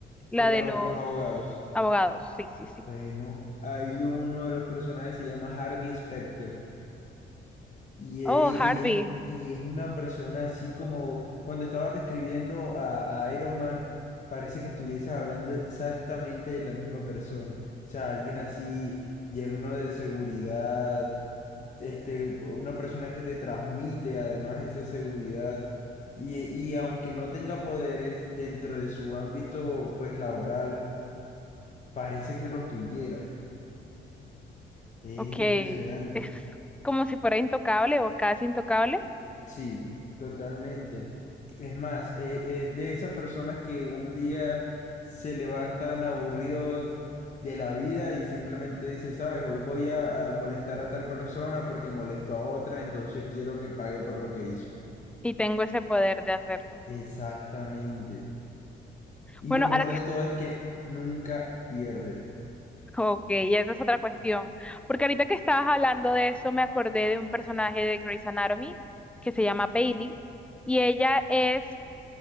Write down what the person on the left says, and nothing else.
El
ab-
los abogados.
Bueno, hay uno de los personajes se llama Harvey Specter. Y, e-
y es, y es una persona así como cuando estabas describiendo a, a Iron Man, parece que estuvieses hablando exactamente de la misma persona. O sea, alguien así lleno de seguridad, este, una persona que te transmite además esa seguridad. Y, y aunque no tenga poderes dentro de su ámbito pues laboral, parece que los tuviera. Es
impresionante.
Sí, totalmente. Es más, eh, eh, de esas personas que un día se levantan aburridos de la vida y simplemente dicen, sabes, hoy voy a, a molestar a tal persona porque molestó a otra, entonces quiero que pague por lo que hizo.
Exactamente. Y
lo mejor
de todo es que nunca pierde.